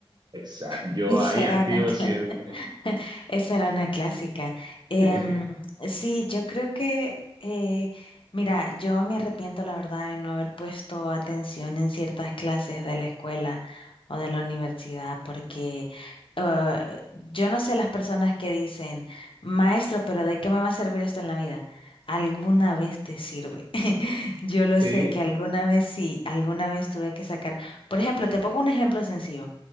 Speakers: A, on the right; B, on the left.
A: Exacto. Yo
B: <laughs>
A: ahí
B: Será
A: activo
B: una clase.
A: siempre.
B: <laughs> Esa era una clásica. Em,
A: <laughs>
B: sí, yo creo que, eh, mira, yo me arrepiento, la verdad, de no haber puesto atención en ciertas clases de la escuela o de la universidad, porque eh, yo no sé las personas que dicen, maestro, pero ¿de qué me va a servir esto en la vida? Alguna vez te sirve. <laughs> Yo lo sé
A: Sí,
B: que alguna vez sí, alguna vez tuve que sacar. Por ejemplo, te pongo un ejemplo sencillo.